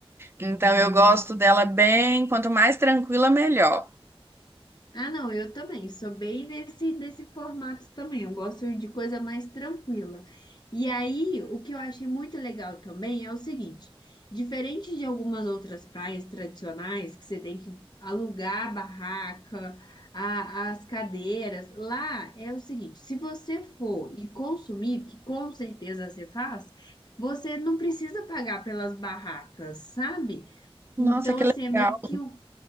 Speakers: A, on the right (about 25°); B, on the left (about 45°).
A: Então eu gosto dela bem, quanto mais tranquila, melhor.
B: Ah, não, eu também. Sou bem nesse, nesse formato também. Eu gosto de coisa mais tranquila. E aí, o que eu achei muito legal também é o seguinte: diferente de algumas outras praias tradicionais, que você tem que alugar a barraca, a- as cadeiras, lá é o seguinte: se você for e consumir, que com certeza você faz, você não precisa pagar pelas barracas, sabe?
A: Nossa,
B: Então,
A: que
B: assim,
A: legal.
B: é meio que o